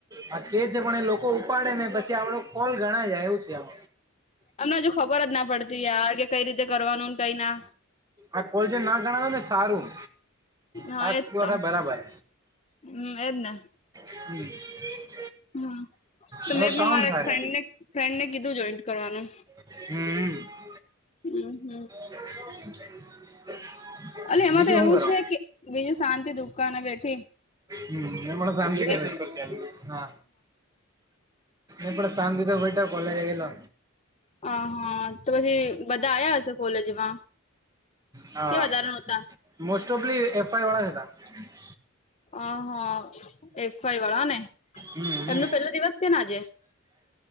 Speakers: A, on the right; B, on the left.
A: હા કે છે પણ એ લોકો ઉપાડે નહી પછી આપડો કોલ ગણાય જાય એવું છે એમ.
B: અમને હજુ ખબર જ ના પડતી યાર કે કઈ રીતે કરવાનું કઈ ના.
A: આ કોલ જે ના ગણાવે ને સારું.
B: હા
A: ટાસ્ક
B: એ જ
A: પૂરા
B: તો
A: થાય બરાબર
B: હમ એજ ને.
A: <unintelligible>
B: હ, તો
A: મારો
B: મેં પણ
A: કાઉન્ટ
B: મારા
A: થાય
B: ફ્રેન્ડને ફ્રેન્ડને કીધું, જોઈન્ટ કરવાનું.
A: <unintelligible>
B: <unintelligible>
A: <unintelligible>
B: એલે એમાં
A: બીજું
B: તો એવું
A: શું કરો
B: છે કે, બીજું શાંતિ દુકાને બેઠી.
A: હમ, એ ફમિલી ક
B: એમ
A: હા. ન પણ શાંતિ તો બેઠો, કોલેજ ગયલો.
B: હ, હા, તો પછી બધા આવ્યા હશે, કોલેજમાં.
A: હા
B: કે વધારણોતા.
A: મોસ્ટ ઓફલી, એફવાય વાળા જ હતા.
B: અહા એફઈ વાળા ને,
A: હમ
B: એમનું
A: હમ
B: પેલો નેદિવસ છે ને આજે.